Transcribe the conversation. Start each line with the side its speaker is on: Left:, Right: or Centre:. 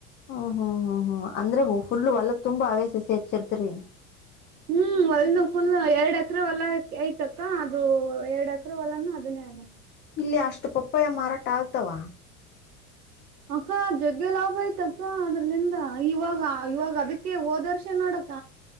Left: ಹ್ಮ್ ಹ್ಮ್ ಹ್ಮ್ ಹ್ಮ್ ಅಂದ್ರ ಫುಲ್ ಹೊಲದ ತುಂಬಾ ಅವೇ ಸಸಿ ಹಚ್ಚಿರ್ತರಿ.
Right: ಹ್ಮ್ ಅಲ್ನು ಫುಲ್ ಎರಡ್ ಅಕರೆ ಹೊಲ ಐತಕ್ಕ ಅದು ಎರಡ್ ಅಕರೆ ಹೊಲನು ಅದನ್ನೇ ಅಲ್ಲ.
Left: ಇಲ್ಲಿ ಅಷ್ಟು ಪಪ್ಪಾಯ ಮಾರಾಟ ಆಗ್ತಾವ.
Right: ಅಕ್ಕ ಜಗ್ಗೆ ಲಾಭ ಆಯ್ತ ಅಕ್ಕ ಅದ್ರಲಿಂದ ಇವಾಗ ಇವಾಗ ಅದಕ್ಕೆ ಹೋದರ್ಷೆ ನೋಡಕ್ಕ.